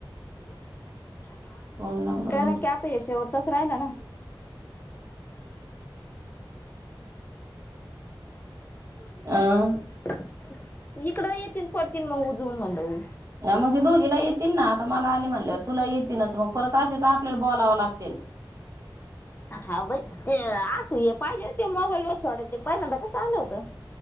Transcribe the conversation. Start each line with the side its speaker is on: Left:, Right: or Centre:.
Left: <unintelligible>
Right: कोण नंबर
Left: कारण की आता ये शेवटचाच रायला ना <unintelligible>
Right: अ
Left: इकड येतील पडतील मग उजवून म्हणलं
Right: ह मग ती दोघिना येतील ना आता मला आले म्हणल्यावर तुला येतीलच मग परत असेच आपल्याला बोलाव लागतील.
Left: हा व्हय ते असं हे पाहिजे होते मोबाईल वर सोडवायला ते पहिल्यांदा कसं आलं होतं.